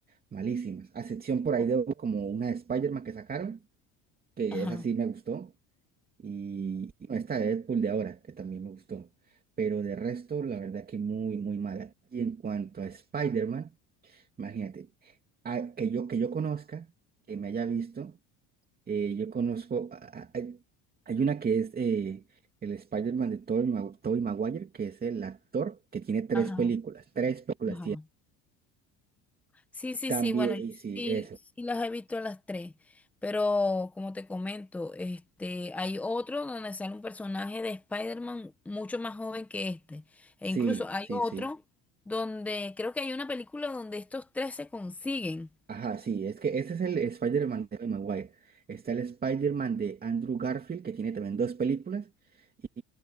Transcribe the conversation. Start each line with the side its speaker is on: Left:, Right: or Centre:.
Right: malísimas, a excepción por ahí
Centre: O-
Right: de como una de Spider-Man que sacaron, que
Centre: Ajá.
Right: esa sí me gustó, y y no, esta de Deadpool de ahora, que también me gustó, pero de resto, la verdad que muy, muy mala. Y en cuanto a Spider-Man, Imagínate, a- que yo, que yo conozca, que me haya visto, eh, yo conozco, a- a- hay, hay una que es eh, el Spider-Man de Tobey Ma- Tobey Maguire, que es el actor que tiene tres
Centre: Ajá,
Right: películas, tres películas
Centre: ajá.
Right: tiene.
Centre: Sí, sí,
Right: También,
Centre: sí, bueno,
Right: eh,
Centre: yo
Right: sí,
Centre: sí,
Right: eso,
Centre: sí las he visto a las tres, pero como te comento, este, hay otro donde sale un personaje de Spider-Man mucho más joven que este,
Right: sí,
Centre: e incluso hay
Right: sí,
Centre: otro
Right: sí.
Centre: donde creo que hay una película donde estos tres se consiguen.
Right: Ajá, sí, es que ese es el Spider-Man de Tobey Maguire. Está el Spider-Man de Andrew Garfield, que tiene también dos películas. Y,